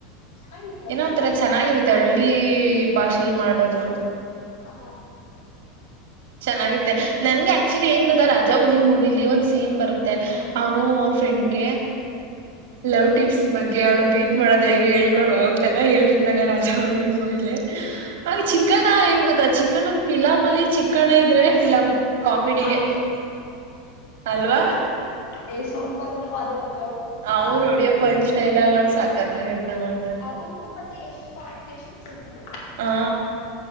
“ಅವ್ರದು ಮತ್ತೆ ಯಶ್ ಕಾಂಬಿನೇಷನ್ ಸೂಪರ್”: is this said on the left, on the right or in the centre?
Left